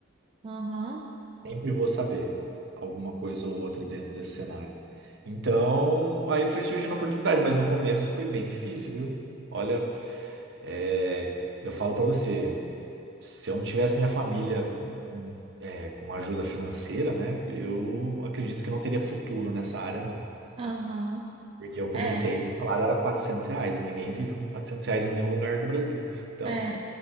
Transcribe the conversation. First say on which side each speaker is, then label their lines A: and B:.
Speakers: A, on the right (about 30°); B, on the right (about 60°).
A: Aham,
B: Sempre vou saber alguma coisa ou outra dentro desse cenário. Então, aí foi surgindo a oportunidade, mas no começo foi bem difícil, viu? Olha, é, eu falo pra você, se eu não tivesse minha família é, com ajuda financeira, né, eu acredito que não teria futuro nessa área, não.
A: aham.
B: Porque eu comecei,
A: É,
B: o salário era 400 reais e ninguém vive com 400 reais em nenhum lugar do Brasil. Então,
A: é.